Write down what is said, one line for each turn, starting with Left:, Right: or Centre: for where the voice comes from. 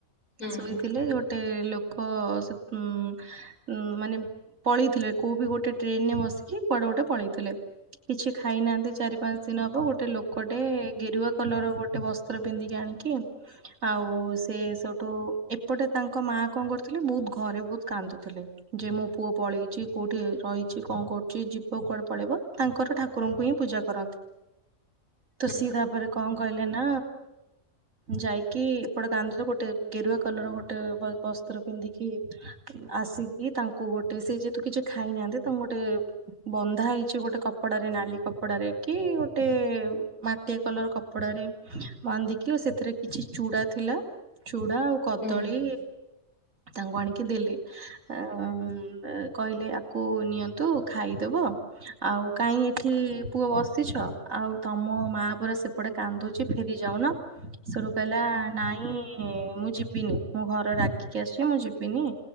Left: ହୁଁ
Right: ଶୋଇଥିଲେ
Left: ହୁଁ
Right: ଗୋଟେ ଲୋକ ସେ ଉଁ ଉଁ ମାନେ ପଳେଇଥିଲେ କୋଉ ବି ଗୋଟେ ଟ୍ରେନ୍ ରେ ବସିକି କୁଆଡେ ଗୋଟେ ପଳେଇଥିଲେ। କିଛି ଖାଇନାହାନ୍ତି ଚାରି ପାଞ୍ଚ୍ ଦିନି ହବ ଗୋଟେ ଲୋକଟେ ଗେରୁଆ କଲର ର ଗୋଟେ ବସ୍ ସ୍ତର ପିନ୍ଧିକି ଆଣିକି ଆଉ ସେ ସୋ ତ ଏପଟେ ତାଙ୍କ ମା କଁ କରୁଥିଲେ ବହୁତ୍ ଘରେ ବହୁତ୍ କାନ୍ଦୁଥିଲେ ଯେ ମୋ ପୁଅ ପଳେଇଚି କୋଉଠି ରହିଛି କଣ କରୁଚି ଯିବ କୁଆଡେ ପଳେଇବ ତାଙ୍କର ଠା କୁର ଙ୍କୁ ହିଁ ପୂଜା କରନ୍ତି।
Left: <inaudible>
Right: ତ ସିଏ ତାପରେ କଣ କହିଲେ ନା ଯାଇକି ଏପଟେ କାନ୍ଦ ଗୋ ଟେ ଗେରୁଆ କଲର ଗୋଟେ ବ ବସ୍ତ୍ର ପିନ୍ଧିକି ଆସିକି ତାଙ୍କୁ ଗୋଟେ ସେ ଯେହେତୁ କିଛି ଖାଇନାହାନ୍ତି ତାଙ୍କୁ ଗୋଟେ ବନ୍ଧା ହେଇଛି ଗୋଟେ କପଡାରେ ନାଲି କପଡାରେ କି ଗୋଟେ ମାଟିଆ କଲର କପଡାରେରେ ବାନ୍ଧିକି ସେଥିରେ କିଛି ଚୁଡା ଥିଲା। ଚୁଡ଼ା ଆଉ କଦଳୀ
Left: ହୁଁ ହୁଁ
Right: ତାଙ୍କୁ ଆଣିକି ଦେଲେ। ଅଁ ଉଁ ଅ କହିଲେ ଆକୁ ନିଅନ୍ତୁ ଖାଇଦବ। ଆଉ କାଇଁ ଏଠି ପୁଅ ବସିଛ ଆଉ ତମ ମା ପରା ସେ ପଟେ କାନ୍ଦୁଚି ଫେରି ଯାଉନ ସେଠୁ କହିଲା ନାଇଁ ଇଁ ମୁଁ ଯିବିନି ମୁଁ ଘରେ ରାଗିକି ଆସିିଚି ମୁଁ ଯିବିନି।